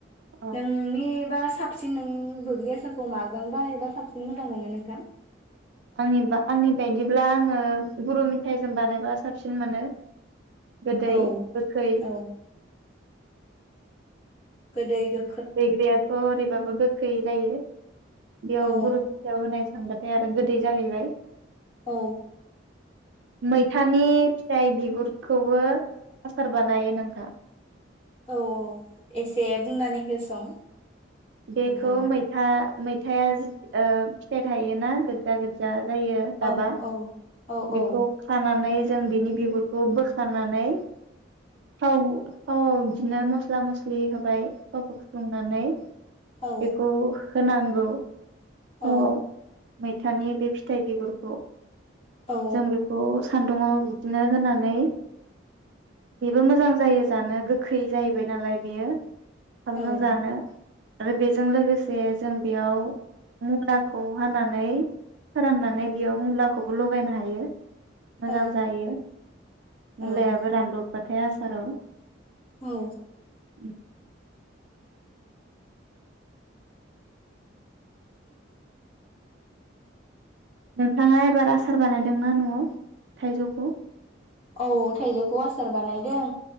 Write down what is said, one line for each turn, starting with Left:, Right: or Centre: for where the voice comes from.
Right: औ
Left: नोंनिबा साबसिन नों बोग्रि आसारखौ माजों बानायबा साबसिन मोजां मोनो नोंथां?
Right: आंनिबा आंनि बायदिब्ला आङो गुरु मेथाइजों बानायबा साबसिन मोनो। गोदै
Left: औ
Right: गोखै
Left: औ गोदै गो
Right: बैग्रियाथ ओरैबाबो गोखै जायो। बेयाव
Left: औ
Right: गुरू मेथायाव होनो थांबाथाय आरो गोदै जाहैबाय।
Left: औ
Right: मैथानि फिथाइ बिगुद खौबो आसार बानायो नोंथा।
Left: औ औ एसे बुंनानै होसं।
Right: बेखौ
Left: नोंथाङा
Right: मैथा मैथाया फिथाइ थायोना? गोदजा गोदजा जायो गाबा।
Left: औ औ औ
Right: बेखौ
Left: औ
Right: खाना नै जों बिनि बिगुरखौ बोखानानै औ थावआव बिदिनो मस्ला मस्लि होबाय थावखौ फुदुंनानै
Left: औ
Right: बेखौ होनांगौ। थावआव
Left: औ
Right: मैथानि बे फिथाइ बिगुरखौ
Left: औ
Right: जों बेखौ सान्दुङाव बिदिनो होनानै बेबो मोजां जायो। जानो गोखै जाहैबाय नालाय बेयो। ओंखामजों
Left: औ
Right: जानो। आरो बेजों लोगोसे जे जों बेयाव मुलाखौ हानानै फोराननानै बेयाव मुलाखौ लगायनो हायो। मोजां
Left: औ
Right: जायो
Left: औ
Right: मुलायाबो रानदब ओमफ्राय आसाराव
Left: औ।
Right: उ नोंथाङा एबार आसार बानायदोंना नआव थाइजौखौ?
Left: औ थाइजौखौ आसार बानायदों।